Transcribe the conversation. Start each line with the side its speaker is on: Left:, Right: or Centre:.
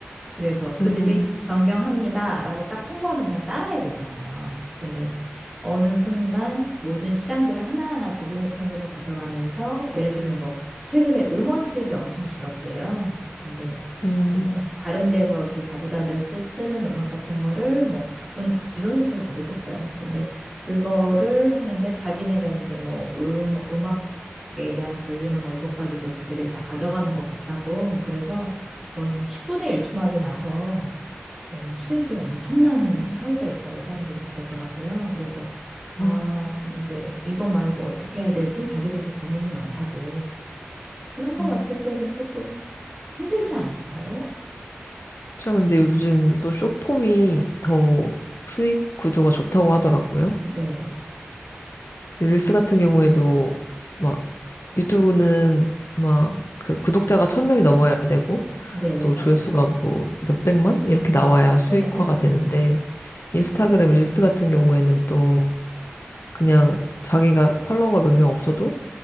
Centre: 그래서 그들이
Left: 음,
Centre: 변경합니다라고 딱 통보하면 그냥 따라야 되잖아요. 근데 어느 순간 모든 시장들을 하나하나 자기네 편으로 가져가면서 예를 들면 뭐 최근에 음원 수익이 엄청 줄었대요. 근데
Left: 음.
Centre: 그 뭐 다른 데서 이렇게 가져다 대 쓰, 쓰는 음악 같은 거를 뭐 저는 그 구조는 잘 모르겠어요. 근데 그거를 하는데 자기네가 이제 뭐 음, 음악에 대한 권리나 뭐 이것까지도 자기들이 다 가져가는 것 같다고 그래서 거의 뭐 10분의 1 토막이 나서 어, 수익에 엄청난
Left: 음,
Centre: 차이가 있다고 사람들이 그러더라고요. 그래서 아,
Left: 음,
Centre: 이제 이거 말고 어떻게 해야 되지? 자기들도 고민이 많다고. 그런 거
Left: 음.
Centre: 봤을 때는 조금 힘들지 않을까요?
Left: 저 근데 요즘 또 숏폼이 더 수익 구조가 좋다고 하더라고요.
Centre: 네.
Left: 릴스 같은 경우에도 막 유튜브는 막 그 구독자가 천 명이 넘어야 되고
Centre: 네, 네,
Left: 또
Centre: 맞아요.
Left: 조회수가 뭐 몇백만 이렇게 나와야 수익화가
Centre: 네, 에,
Left: 되는데
Centre: 에.
Left: 인스타그램 릴스 같은 경우에는 또 그냥 자기가 팔로워가 몇 명 없어도